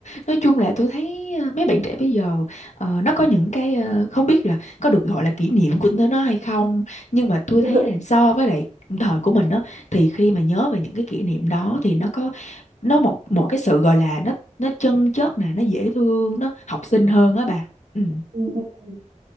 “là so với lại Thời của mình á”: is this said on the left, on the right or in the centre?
Left